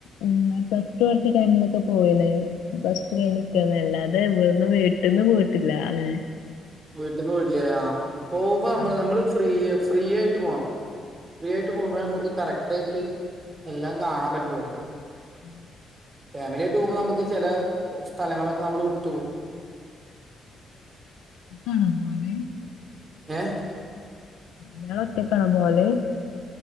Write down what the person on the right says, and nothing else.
വീട്ട്ന്ന് പോയിട്ടില്ലലേ ആ പോവുമ്പോ നമ്മള്
നമ്മള് ഫ്രീ ഫ്രീയായിട്ട് പോണം ഫ്രീയായിട്ട് പോവുമ്പോഴെ നമ്മക്ക് കറക്റ്റായിട്ട് എല്ലാം കാണാൻ പറ്റുള്ളു
ഫാമില്യായിട്ട് പോവുമ്പോ നമുക്ക് ചെലലെ സ്ഥലങ്ങളൊക്കെ നമ്മള് വിട്ടു പോവും
ഏ